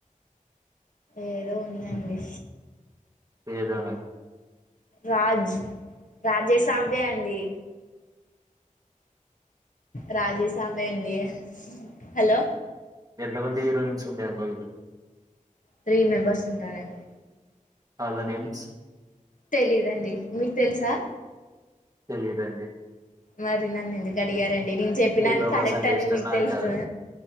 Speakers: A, on the left; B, on the right.
A: ఏదో ఉందండి
B: ఏదోనా?
A: రాజ్ రాజేసాబె అండి రాజెసాబె అండి హలో
B: ఎంత మంది హీరోయిన్స్ ఉండే ఆ మూవీ లో
A: త్రీ మెంబర్స్ ఉంటారండి
B: వాళ్ళ నేమ్స్
A: తెలీదండి మీకు తెలుసా
B: తెలిదండి
A: మరి నన్ను ఎందుకు అడిగారండి నేను చెప్పిన అది
B: ప్రభాస్
A: కరెక్ట్
B: అంటే
A: అని
B: ఇష్టం.
A: మీకు
B: నాకు
A: తెలుసా
B: కాదు.